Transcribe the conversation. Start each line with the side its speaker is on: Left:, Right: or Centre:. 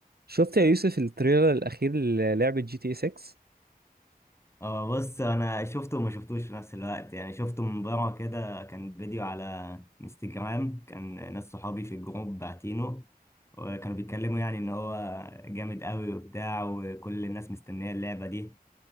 Right: شفت يا يوسف التريلر الأخير للعبة جي تي 6
Left: اه بص انا شفته وما شفتوش في نفس الوقت يعني شفته من بره كده كان فيديو على انستجرام كان ناس صحابي في الجروب باعتينه وكانوا بيتكلموا يعني ان هو جامد قوي وبتاع وكل الناس مستنية اللعبة دي